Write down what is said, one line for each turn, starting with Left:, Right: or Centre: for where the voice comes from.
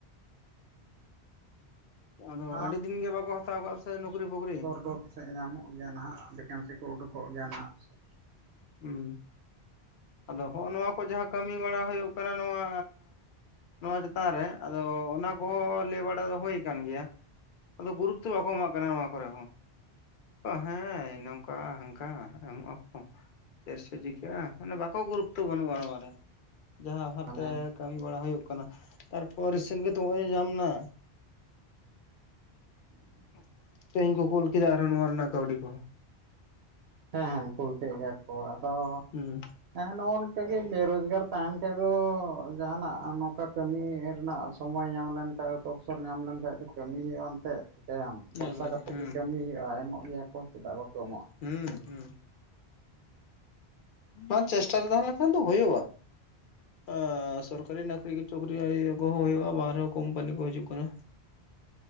Right: <unintelligible> <unintelligible>
Left: ᱟᱫᱚ ᱟᱹᱰᱤ ᱫᱤᱱ ᱜᱮ ᱵᱟᱠᱚ ᱦᱟᱛᱟᱣ ᱠᱟᱜᱼᱟ ᱥᱮ ᱱᱚᱠᱨᱤ ᱯᱷᱚᱠᱨᱤ
Right: ᱫᱚ ᱥᱮᱜ ᱧᱟᱢᱚᱜ ᱜᱮᱭᱟ ᱱᱟᱦᱟᱜ ᱵᱷᱮᱠᱮᱱᱥᱤ ᱠᱚ ᱩᱰᱩᱠᱚᱜ ᱜᱮᱭᱟ ᱱᱟᱦᱟᱜ ᱯᱟᱥᱮᱜ
Left: ᱦᱩᱸ ᱟᱫᱚ ᱦᱚᱸᱜ ᱱᱚᱣᱟ ᱠᱚ ᱡᱟᱦᱟᱸ ᱠᱟᱹᱢᱤ ᱵᱟᱲᱟ ᱦᱩᱭᱩᱜ ᱠᱟᱱᱟ ᱱᱚᱣᱟ ᱱᱚᱣᱟ ᱪᱮᱛᱟᱱ ᱨᱮ ᱟᱫᱚ ᱚᱱᱟ ᱠᱚᱦᱚᱸ ᱞᱟᱹᱭ ᱵᱟᱲᱟ ᱫᱚ ᱦᱩᱭ ᱟᱠᱟᱱ ᱜᱮᱭᱟ, ᱟᱫᱚ ᱜᱩᱨᱩᱛᱚ ᱵᱟᱠᱚ ᱮᱢᱟᱜ ᱠᱟᱱᱟ ᱱᱚᱣᱟ ᱠᱚᱨᱮ ᱦᱚᱸ᱾ ᱦᱮᱸ ᱱᱚᱝᱠᱟ ᱦᱟᱝᱠᱟ ᱮᱢᱚᱜ ᱟᱠᱚ ᱪᱮᱨᱥᱚ ᱪᱤᱠᱟᱹᱜᱼᱟ ᱢᱟᱱᱮ ᱵᱟᱠᱚ ᱜᱩᱨᱩᱛᱚ ᱵᱟᱹᱱᱩᱜᱼᱟ ᱱᱚᱣᱟ ᱨᱮ ᱡᱟᱦᱟᱸ ᱦᱟᱸᱱᱛᱮ
Right: ᱢᱟᱱᱮ
Left: ᱠᱟᱹᱢᱤ ᱵᱟᱲᱟ ᱦᱳᱭᱳᱜ ᱠᱟᱱᱟ ᱛᱟᱨᱯᱚᱨ ᱨᱤᱥᱮᱱ ᱜᱮᱛᱚ ᱱᱚᱜᱼᱚᱭ ᱧᱟᱢ ᱮᱱᱟ,
Right: ᱩᱸᱻ
Left: <unintelligible> ᱛᱮᱦᱮᱧ ᱠᱚ ᱠᱳᱞ ᱠᱮᱫᱟ ᱟᱨᱦᱚᱸ ᱱᱚᱣᱟ ᱨᱮᱱᱟᱜ ᱠᱟᱹᱣᱰᱤ ᱠᱚ,
Right: ᱦᱮᱸ ᱦᱮᱸ ᱠᱳᱞ ᱠᱮᱫ ᱜᱮᱭᱟ ᱠᱚ ᱟᱫᱚ
Left: ᱦᱩᱸ᱾
Right: ᱦᱮᱸ ᱱᱚᱜᱼᱚ ᱱᱤᱝᱠᱟᱹ ᱜᱮ ᱵᱮᱨᱳᱡᱽᱜᱟᱨ ᱛᱟᱦᱮᱱ ᱠᱷᱟᱡ ᱫᱚ ᱡᱟᱦᱟᱸᱱᱟᱜ ᱱᱚᱝᱠᱟ ᱠᱟᱹᱢᱤ ᱨᱮᱱᱟᱜ ᱥᱚᱢᱳᱭ ᱧᱟᱢ ᱞᱮᱱᱠᱷᱟᱡ ᱛᱚᱯᱥᱚᱨ ᱧᱟᱢ ᱞᱮᱱᱠᱟᱱᱡ ᱫᱚ ᱠᱟᱹᱢᱤ ᱦᱩᱭᱩᱜᱼᱟ ᱮᱱᱛᱮᱫ, ᱪᱤᱠᱟᱹᱭᱟᱢ ᱵᱚᱨᱥᱟ
Left: ᱮᱠᱵᱟᱨᱮ
Right: ᱠᱟᱛᱮᱫ
Left: ᱦᱩᱸ
Right: ᱜᱮ ᱠᱟᱹᱢᱤ ᱦᱩᱭᱩᱜᱼᱟ ᱮᱢᱚᱜ ᱜᱮᱭᱟ ᱠᱚ ᱪᱮᱫᱟᱜ ᱵᱟᱠᱚ ᱮᱢᱚᱜᱼᱟ᱾
Left: ᱦᱩᱸ ᱦᱩᱸ᱾ ᱵᱟᱝ ᱪᱮᱥᱴᱟ ᱨᱮ ᱛᱟᱦᱮᱸ ᱞᱮᱱᱠᱷᱟᱱ ᱫᱚ ᱦᱩᱭᱩᱜᱼᱟ᱾ ᱮᱻ ᱥᱚᱨᱠᱟᱨᱤ ᱱᱟ. ᱠᱨᱤ ᱪᱩᱠᱨᱤᱭᱟᱹ ᱠᱚᱦᱚᱸ ᱦᱩᱭᱩᱜᱼᱟ ᱵᱟᱨᱮᱦᱚᱸ ᱠᱳᱢᱯᱟᱱᱤ ᱠᱚ ᱦᱤᱡᱩᱜ ᱠᱟᱱᱟ,